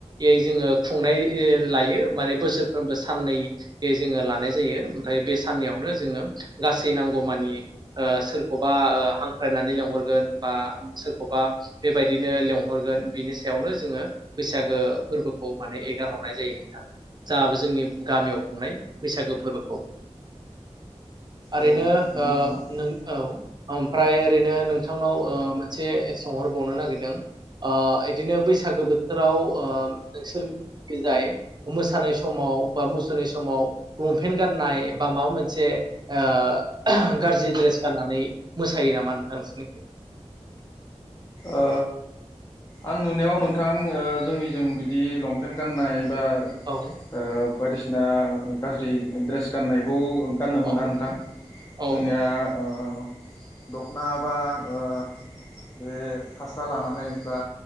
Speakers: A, on the right; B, on the left.
A: यै जोङो खुंनाय ए लायो। माने बोसोरफ्रोमबो साननैयै जोङो लानाय जायो ओमफ्राय बे साननैयावनो जोङो गासै दै नांगौमानि ओ सोरखौबा ओ हांख्रायनानै लेंहरगोन बा सोरखौबा बेबायदिनो लेंहरगोन बिनि सायावनो जोङो बैसागो फोरबोखौ माने एगार हरनाय जायो नोंथां। जा जोंनि गामियाव खुंनाय बैसागो फोरबोखौ ओरैनो
B: औ
A: ओ
B: नंगौ नामा नोंथां
A: नों औ ओमफ्राय ओरैनो नोंथांनाव ओ मोनसे सोंहरबावनो नागिरदों? ओ बिदिनो बैसागो बोथोराव ओ नोंसोरखै जाय मोसानाय समाव बा मुसुरनाय समाव लंपेन्ट गाननाय बा माबा मोनसे ओ गाज्रि ड्रेस गाननानै मोसायो नामा नोंथां नोंसोरनिथिं?
B: ओ आं नुनायाव नोंथां ओ जोंनिजों बिदि लंपेन्ट गाननाय बा
A: औ
B: ओ बायदिस ना गाज्रि ड्रेस गाननायखौ गाननो
A: औ
B: मोना नोंथां
A: औ
B: जोंनिया ओ अ' दख'ना बा ओ बे फास्रा लानानै बा